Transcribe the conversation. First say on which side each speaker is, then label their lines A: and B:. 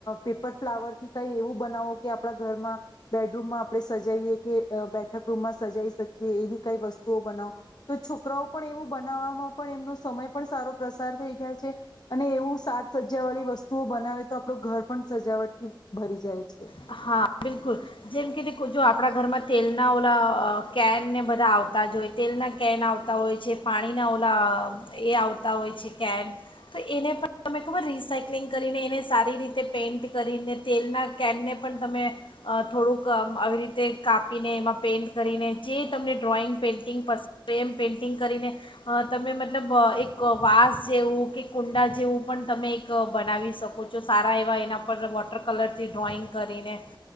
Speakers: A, on the left; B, on the left.
A: પેપર ફ્લાવર થી કઇ એવું બનાવો કે આપણા ઘરમાં બેડરૂમમાં આપણે સજાઈએ કે બેઠક રૂમમાં સજાઈ શકીએ. એવી કઈ વસ્તુઓ બનાવો તો છોકરાઓ પણ એવું બનાવવામાં પણ એમનો સમય પણ સારો પ્રસાર થઈ જાય છે અને એવું સાત સજા વાળી વસ્તુઓ બનાવે તો આપડુ ઘર પણ સજાવટથી ભરી જાય. છે.
B: હા બિલકુલ. જેમ કે, જો આપણા ઘરમાં તેલના ઓલા કેનને બધા આવતા જ હોય તેલના કેન આવતા હોય છે, પાણીના ઓલા એ આવતા હોય છે કેન તો એને પણ તને ખબર રિસાયક્લિંગ કરીને એને સારી રીતે પેઇન્ટ કરીને તેલના કેનને પણ તમે થોડુંક આવી રીતે કાપીને એમાં પેઇન્ટ કરીને જે તમને ડ્રોઈંગ પેઇન્ટિંગ પસંદ એમ પેઇન્ટિંગ કરીને તમે મતલબ એક વાસ જેવું કે કુંડા જેવું પણ તમે એક બનાવી શકો છો સારા એવા એના પર વોટર કલરથી ડ્રોઈંગ કરીને